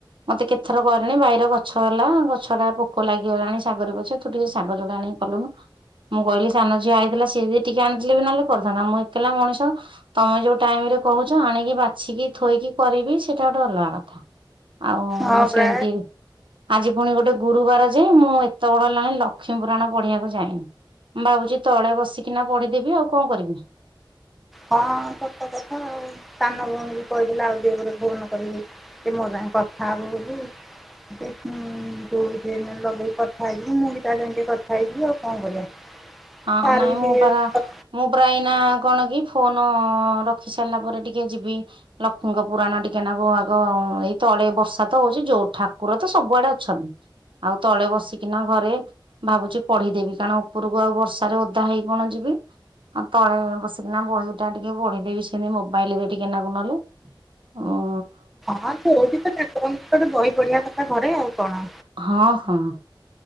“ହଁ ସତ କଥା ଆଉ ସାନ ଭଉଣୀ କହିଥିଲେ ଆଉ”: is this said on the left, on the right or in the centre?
Centre